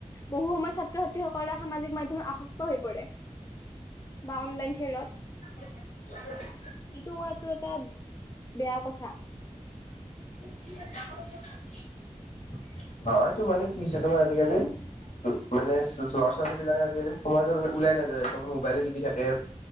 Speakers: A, on the left; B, on the left.
A: বহু সময়ত ছাত্ৰ-ছাত্ৰীসকলৰ সামাজিক মাধ্যমত আসক্ত হৈ পৰে। বা অনলাইন খেলত
B: <unintelligible>
A: ইটো কৰাটো এটা বেয়া কথা।
B: <unintelligible> অ' এইটো মানে কি হৈছে, তোমাৰ আজিকালি, উ-মানে ল'ৰা-ছোৱালীবিলাকে আজিকালি সমাজত মানে ওলাই নাযায়, সবে মোবাইলে টিপি থাকে।